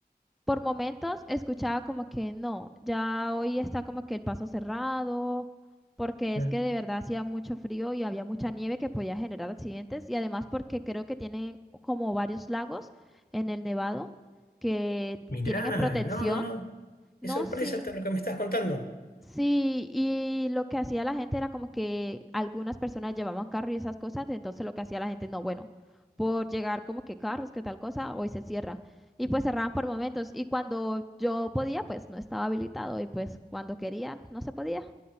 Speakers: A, in the centre; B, on the left.
A: por momentos escuchaba como que no, ya hoy está como que el paso cerrado, porque
B: Claro.
A: es que de verdad hacía mucho frío y había mucha nieve que podía generar accidentes y además porque creo que tienen como varios lagos en el Nevado que
B: Mirá,
A: tienen en protección.
B: no, no, no.
A: No,
B: Qué sorpresa
A: sí.
B: todo lo que me estás contando.
A: Sí, y lo que hacía la gente era como que algunas personas llevaban carro y esas cosas, entonces lo que hacía la gente, no, bueno, por llegar como que carros, que tal cosa, hoy se cierra. Y pues cerraban por momentos. Y cuando yo podía, pues no estaba habilitado. Y pues cuando quería, no se podía.